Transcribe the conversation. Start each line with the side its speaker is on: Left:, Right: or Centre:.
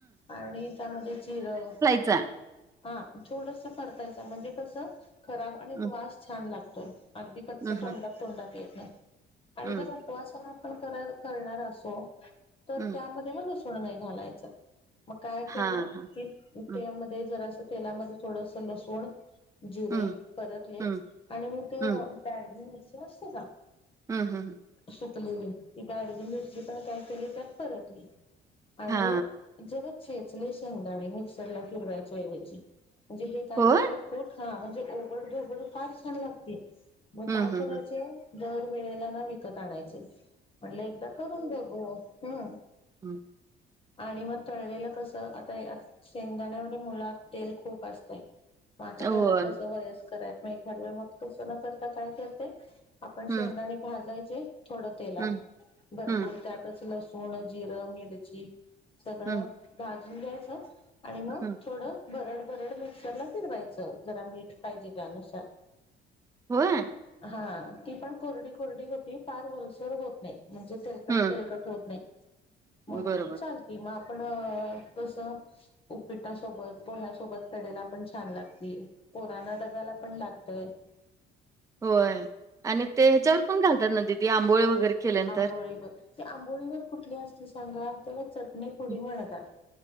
Left: आणि त्यामध्ये जिरं
Right: जा
Left: हा... थोडसं परतायचं... म्हणजे कसं खराब आणि
Right: हम्म
Left: वास छान लागतोय अगदी कच्च
Right: हम्म
Left: तोंडात, तोंडात येत नाही.... आणि
Right: हम्म
Left: जर आप उपवास पण आपण कर... करणार असो... तर
Right: हम्म
Left: त्यामध्ये मग लसूण नाही घालायचा मग काय केलं,
Right: हा
Left: की
Right: हम्म
Left: त्यामध्ये जरासं तेलामध्ये, थोडसं लसूण जिरे
Right: हम्म
Left: परतले
Right: हम्म
Left: आणि मग ती
Right: हम्म
Left: बॅडगी मिरची नसते का?
Right: हुं.. हुं
Left: सुकलेली... ती बॅडगी मिरची पण काय केली... तर परतली आणि
Right: हा
Left: जरा चेचले शेंगदाणे मिक्सरला फिरवायच्याऐवजी... म्हणजे हे काय
Right: हो
Left: केलं? कूट हा... म्हणजे ओबड दोबड फार छान लागते... मग
Right: हम्म
Left: काय
Right: हम्म
Left: करायचे
Right: हम्म
Left: दरवेेळेला ना विकत आणायचे... म्हणटले एकदा करून बघू... हुं
Right: हम्म
Left: आणि मग तळलेलं कसं... आता हे असं शेंगदाण्यामध्ये मुलात तेल खूप असतय मग आता घरात
Right: होय
Left: कसं वयस्कर हेत... मग एखाद वेळा... तसं न करता काय करते आपण
Right: हम्म
Left: शेंगदाणे भाजायचे... थोडं तेलात..
Right: हम्म
Left: भरपूर
Right: हम्म
Left: त्यातच लसूण, जिरं, मिरची सगळं
Right: हम्म
Left: भाजून घ्यायचं आणि मग
Right: हम्म
Left: थोडं, भरड भरड मिक्सरला फिरवायचं जरा मीठ पाहिजे त्यानुसार
Right: होय?
Left: हा... ती पण कोरडी कोरडी होती, फार ओलसर होत नाई म्हणजे तेलकट,
Right: हं,
Left: तेलकट होत नाई... मग
Right: बरोबर.
Left: चाल किंवा... आपण कसं? उपीटासोबत, पोह्यासोबत, कडेला पण छान लागती. पोरांना डब्याला पण लाग <unintelligible>
Right: होय... आणि ते ह्याच्यावर पण घालतात ना दिदी... आंबोळे वगैरे केल्यानंतर?
Left: आंबोळीवर... ती आंबोळीवर कुठली असती सांगा... त्याला चटणीपुडी
Right: हं,
Left: म्हणतात